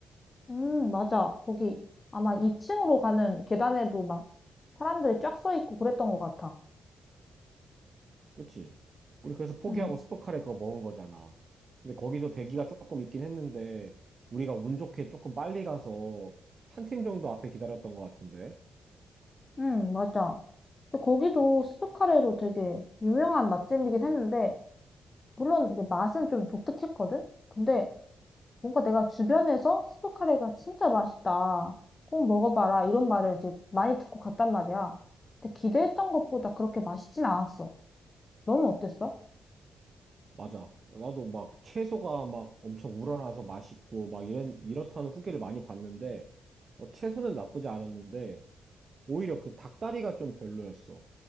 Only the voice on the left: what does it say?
음, 맞아. 거기 아마 2층으로 가는 계단에도 막 사람들이 쫙 서 있고 그랬던 것 같아.
응,
응, 맞아. 근데 거기도 스프카레로 되게 유명한 맛집이긴 했는데, 물론 이제 맛은 좀 독특했거든? 근데 뭔가 내가 주변에서 스프카레가 진짜 맛있다. 꼭 먹어봐라. 이런 말을 이제 많이 듣고 갔단 말이야. 근데 기대했던 것보다 그렇게 맛있진 않았어. 너는 어땠어?